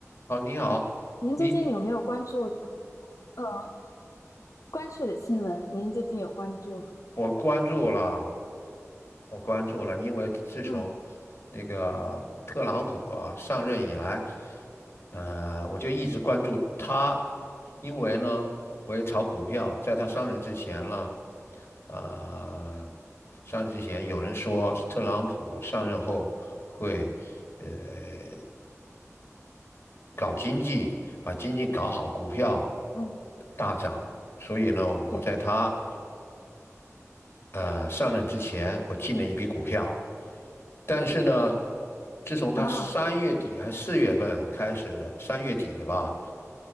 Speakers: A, on the left (about 45°); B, on the left (about 75°).
A: 好，你好，
B: 哎，您最近有没有关注
A: 你
B: 呃关税的新闻？您最近有关注吗？
A: 我关注了，我关注了，因为自从
B: 嗯，
A: 那个特朗普啊上任以来，呃，我就一直关注他，
B: 对，
A: 因为呢，我也炒股票，在他上任之前呢，啊、上任之前有人说特朗普上任后会呃搞经济，把经济搞好，股票
B: 嗯，
A: 大涨，所以呢，我在他。
B: 对
A: 呃上任之前，我进了一笔股票，但是呢，自从他三月底还四月份开始，
B: 啊，
A: 三月底吧，